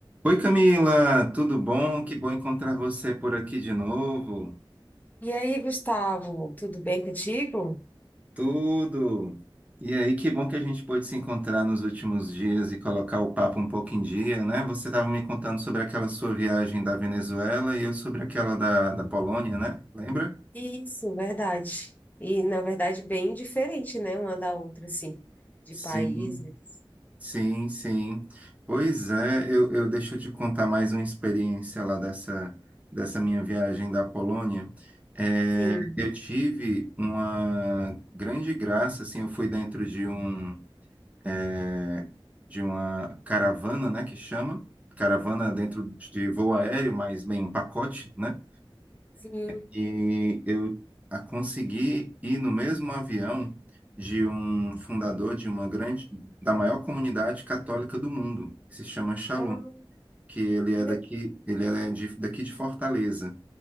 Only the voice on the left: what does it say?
E aí, Gustavo, tudo bem contigo?
Isso, verdade. E, na verdade, bem diferente, né, uma da outra, assim, de
países.
Sim,
sim.
Ah,
que legal.